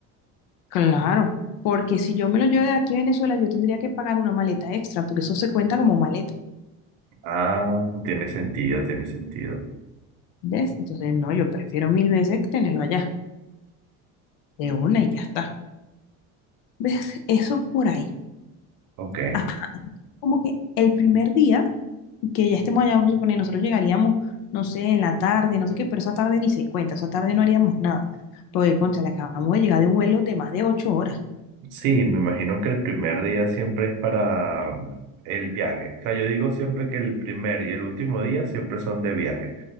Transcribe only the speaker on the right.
Ah, tiene sentido, tiene sentido.
Ok.
Sí, me imagino que el primer día siempre es para mm, el viaje. O sea, yo digo siempre que el primer y el último día siempre son de viaje.